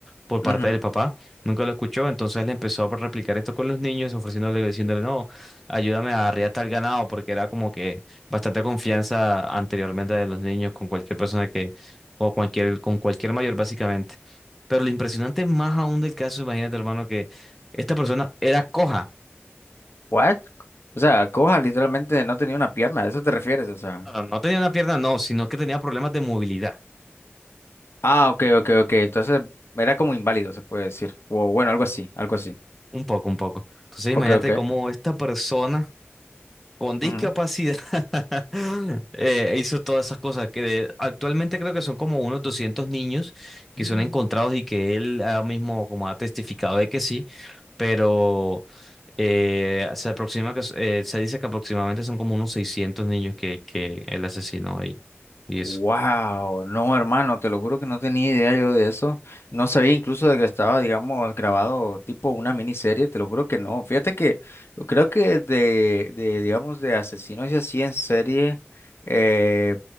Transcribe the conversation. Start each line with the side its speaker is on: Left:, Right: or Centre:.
Centre: por parte
Left: ujú.
Centre: del papá. Nunca lo escuchó, entonces él empezó a replicar esto con los niños, ofreciéndole, diciéndole, no, ayúdame a arriar tal ganado, porque era como que bastante confianza anteriormente de los niños con cualquier persona que, o cualquier, con cualquier mayor básicamente. Pero lo impresionante más aún del caso, imagínate hermano, que esta persona era coja.
Left: What? O sea, Coja literalmente no tenía una pierna, ¿a eso te refieres? O sea.
Centre: No, no tenía una pierna, no, sino que tenía problemas de movilidad.
Left: Ah, ok, ok, ok. Entonces era como inválido, se puede decir. O bueno, algo así, algo así.
Centre: Un poco, un poco. Entonces
Left: Ok,
Centre: imagínate
Left: ok.
Centre: cómo esta persona con discapacidad
Left: Ujú.
Centre: <laughs> eh, hizo todas esas cosas que de- actualmente creo que son como unos 200 niños que
Left: <laughs>
Centre: son encontrados y que él ahora mismo como ha testificado de que sí, pero eh, se aproxima que s- eh, se dice que aproximadamente son como unos 600 niños que, que él asesinó ahí. Y
Left: Wow,
Centre: eso.
Left: no, hermano, te lo juro que no tenía idea yo de eso. No sabía incluso de que estaba, digamos, grabado tipo una miniserie, te lo juro que no. Fíjate que yo creo que de, de digamos, de asesinos y así en serie eh,